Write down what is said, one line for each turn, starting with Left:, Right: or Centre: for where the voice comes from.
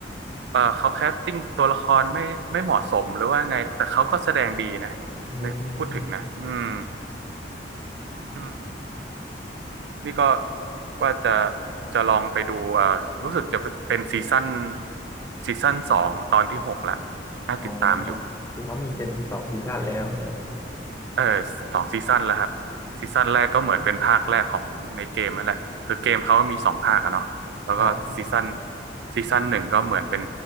Right: เออเขาแคสติ้งตัวละครไม่ไม่เหมาะสมหรือว่าไงแต่เขาก็แสดงดีนะ
Left: อืม
Right: ในพูดถึงนะอืม อืมนี่ก็ว่าจะจะลองไปดูอ่ารู้สึกจะเป็นซีซั่นซีซั่นสองตอนที่หกละน่าติดตามอยู่
Left: อ๋อคือเขามีเป็นสองซีซั่นแล้วนี่ครับ
Right: เออสองซีซั่นแล้วครับซีซั่นแรกก็เหมือนเป็นภาคแรกของในเกมนั่นแหละคือเกมเขามีสองภาคอะเนาะแล้วก็ซีซั่น
Left: ครับ
Right: ซีซั่นหนึ่งก็เหมือนเป็น